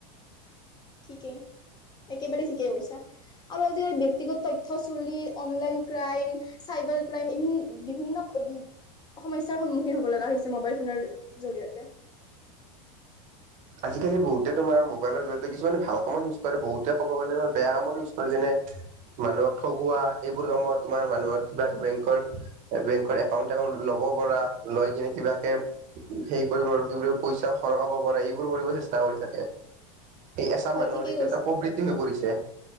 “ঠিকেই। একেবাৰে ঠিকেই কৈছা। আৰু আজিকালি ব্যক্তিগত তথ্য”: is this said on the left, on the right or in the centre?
Left